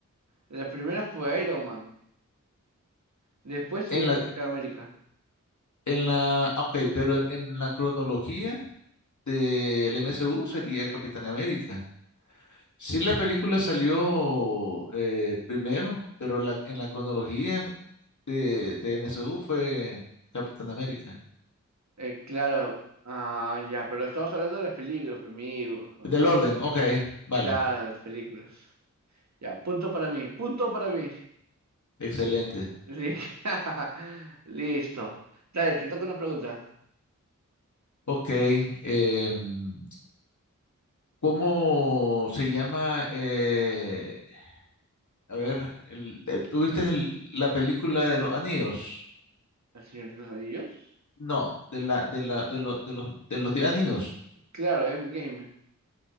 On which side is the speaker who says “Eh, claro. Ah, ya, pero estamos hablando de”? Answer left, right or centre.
Right